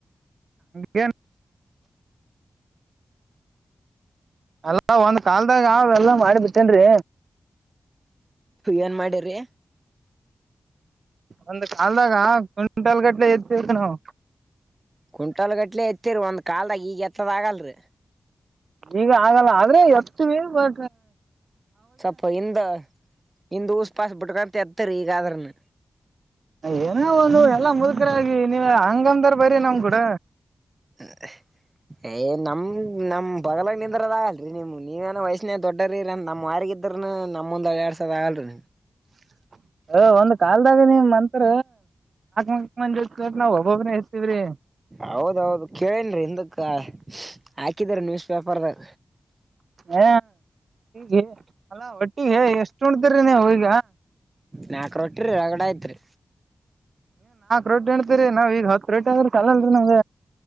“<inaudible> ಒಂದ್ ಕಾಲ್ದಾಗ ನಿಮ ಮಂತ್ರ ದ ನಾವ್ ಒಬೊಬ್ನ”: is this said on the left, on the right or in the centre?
Right